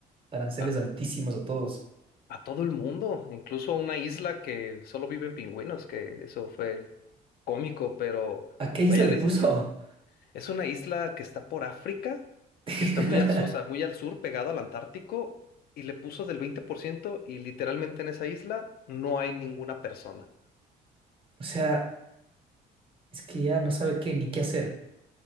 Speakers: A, on the right; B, on the left.
A: aranceles
B: a,
A: altísimos a todos.
B: a todo el mundo, incluso a una isla que solo viven pingüinos, que eso fue cómico, pero
A: ¿A qué isla
B: vaya
A: le
B: decisión.
A: puso?
B: Es una isla que está por África,
A: <laughs>
B: que está muy al, su- o sea, muy al sur, pegado al Antártico, y le puso del 20% y literalmente en esa isla no hay ninguna persona.
A: O sea, es que ya no sabe qué ni qué hacer